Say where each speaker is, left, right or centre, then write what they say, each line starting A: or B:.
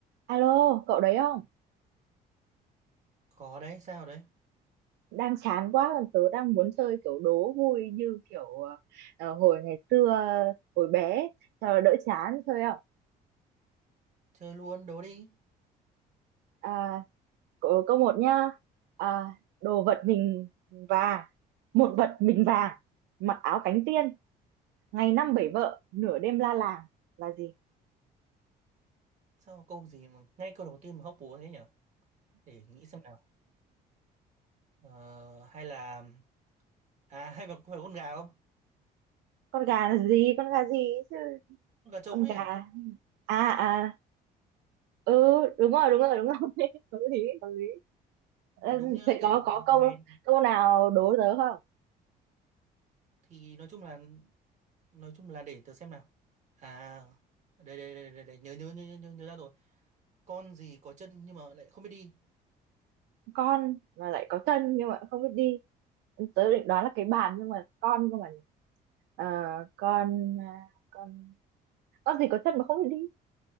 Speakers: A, on the right; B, on the right.
A: Alo, cậu đấy không?
B: Có đấy, sao đấy?
A: Đang chán quá, còn tớ đang muốn chơi kiểu đố vui như kiểu ờ, hồi ngày xưa, hồi bé, ấy, cho nó đỡ chán chơi không?
B: Chơi luôn, đố đi.
A: À, câu, câu một nhá. À, đồ vật mình vàng, một vật mình vàng, mặc áo cánh tiên, ngày năm bảy vợ, nửa đêm la làng là gì?
B: Sao câu gì mà ngay câu đầu tiên mà hóc búa thế nhở? Để nghĩ xem nào. Ờ, hay là à hay là có phải con gà không?
A: Con gà là gì? Con gà gì chứ?
B: Con gà trống
A: Con
B: ấy
A: gà. à à ừ đúng rồi đúng rồi đúng rồi <laughs> hợp lý hợp lý Ờ,
B: thì đúng nhá,
A: thế
B: kiểu
A: có có câu
B: ngày
A: câu nào đố tớ không
B: thì nói chung là nói chung là để tớ xem nào. À đây đây đây đây, đây. Nhớ, nhớ nhớ nhớ nhớ nhớ ra rồi. Con gì có chân nhưng mà lại không biết đi.
A: con mà lại có chân nhưng mà không biết đi tớ định đoán là cái bàn nhưng mà con cơ mà Ờ, con à, con con gì có chân mà không biết đi